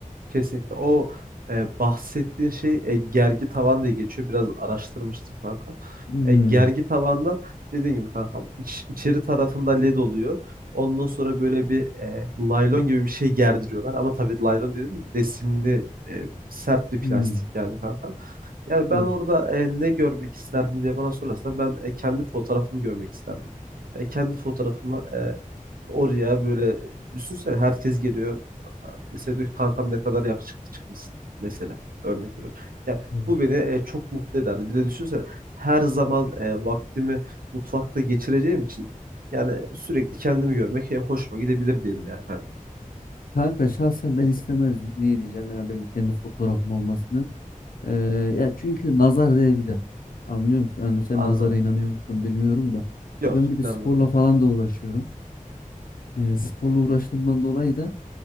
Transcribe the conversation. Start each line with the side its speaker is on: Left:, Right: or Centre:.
Right: Kesinlikle. O e, bahsettiğin şey e, gergi tavan diye geçiyor. Biraz araştırmıştım kankam.
Left: Hmm.
Right: E, gergi tavandan dediğin gibi kankam iç- içeri tarafında led oluyor. Ondan sonra böyle bir e, laylon gibi bir şey gerdiriyorlar. Ama tabii laylon dedim resimli e, sert bir plastik
Left: Hmm.
Right: yani kankam. Yani ben
Left: Evet.
Right: orada e, ne görmek isterdim diye bana sorarsa ben e, kendi fotoğrafımı görmek isterdim. E, kendi fotoğrafımı e, oraya böyle düşünsene herkes geliyor Mesela diyor ki kankam ne kadar yakışıklı çıkmışsın mesela örnek veriyorum. Yani
Left: Evet.
Right: bu beni e, çok mutlu ederdi. Bir de düşünsene her zaman e, vaktimi mutfakta geçireceğim için yani sürekli kendimi görmek e, hoşuma gidebilir diyelim yani kanka.
Left: Kanka şahsen ben istemezdim. Niye diyeceğim? Yani benim kendi fotoğrafım olmasını. Ee, ya çünkü nazar değebilir. Anlıyor musun? Yani sen
Right: Anladım.
Left: nazara inanıyor musun bilmiyorum da.
Right: Yok
Left: Ya ben bir de
Right: inanmıyorum
Left: sporla
Right: kanka.
Left: falan da uğraşıyorum. Ee, sporla uğraştığımdan dolayı da